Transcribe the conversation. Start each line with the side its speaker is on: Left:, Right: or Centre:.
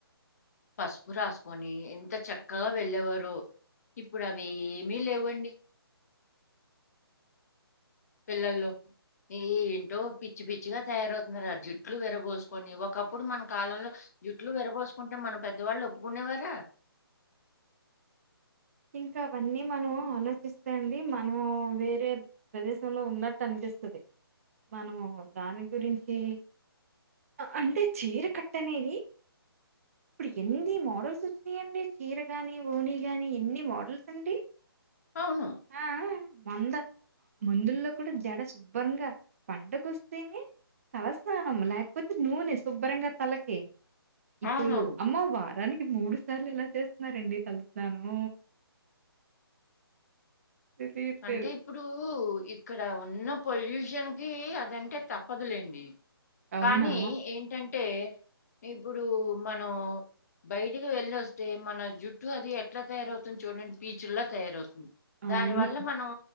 Left: పసుపు రాసుకొని ఎంత చక్కగా వెళ్ళేవారు ఇప్పుడు అవి ఏమి లేవండి పిల్లల్లో ఈ ఏంటో పిచ్చి పిచ్చిగా తయారవుతున్నారు ఆజుట్లు విరబోసుకొని ఒకప్పుడు మన కాలంలో జుట్లు విరబోసుకుంటే మన పెద్దవాళ్ళు ఒప్పుకునేవారా
Right: ఇంక అవన్నీ మనం ఆలోచిస్తేండి మనం వేరే ప్రదేశంలో ఉన్నట్టు అనిపిస్తుంది మనము దాని గురించి అంటే చీర కట్టనేది ఇప్పుడు ఎన్ని మోడల్స్ వచ్చినాయండి చీర గాని ఓనీ గాని ఎన్ని మోడల్స్ అండి
Left: అవును
Right: ఆహ మంద మందుల్లో కూడా జడ శుభ్రంగా పంటగొస్తేనే తలస్నానం లేకపోతే నూనె శుభ్రంగా తలకి ఇప్పుడు
Left: అవునవును
Right: అమ్మో వారానికి మూడు సార్లు ఎలా చేస్తున్నారండి తల స్నానం తెలియట్లేదు.
Left: అంటే ఇప్పుడు ఇక్కడ ఉన్న పొల్యూషన్కి అదంటే తప్పదులేండి
Right: అవునా?
Left: కానీ ఏంటంటే ఇప్పుడు మనం బయటకు వెళ్ళి వస్తే మన జుట్టు అది ఎట్లా తయారవుతుంది చూడండి పీచుల్లా తయారవుతుంది
Right: అవును.
Left: దాని వల్ల మనం